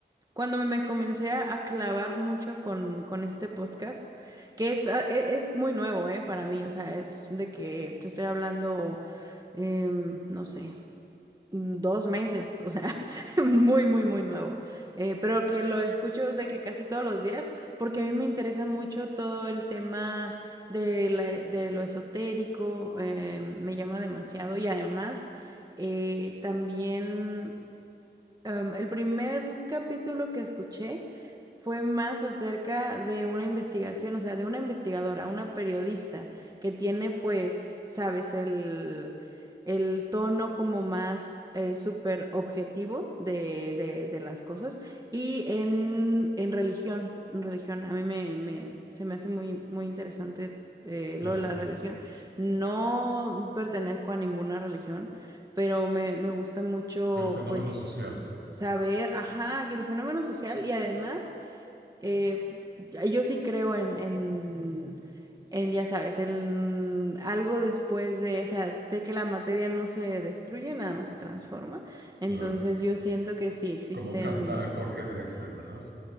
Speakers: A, on the right; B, on the right.
A: Cuando me, me comencé a, a clavar mucho con, con este podcast, que es, ah, e- es, muy nuevo, eh, para mí, o sea, es de que te estoy hablando, em, no sé, mm, dos meses, o sea, <laughs> muy, muy, muy nuevo, Eh, pero que lo escucho de que casi todos los días, porque a mí me interesa mucho todo el tema de, la- de lo esotérico, em, me llama demasiado y además... eh, también Em, el primer capítulo que escuché fue más acerca de una investigación, o sea, de una investigadora, una periodista que tiene, pues, sabes, el, el tono como más eh, súper objetivo de, de- de las cosas y en, en religión, en religión, a mí me, me- se me hace muy, muy interesante eh,
B: claro.
A: lo de la religión. No pertenezco a ninguna religión pero me, me gusta mucho,
B: El fenómeno
A: pues,
B: social,
A: saber, ajá, que el fenómeno social y además, eh, ya- yo sí creo en, en, en, ya sabes, en algo después de, o sea, de que la materia no se destruye, nada más se transforma. Entonces
B: claro.
A: yo siento que sí existen,
B: Como canta Jorge Drexler, ¿verdad?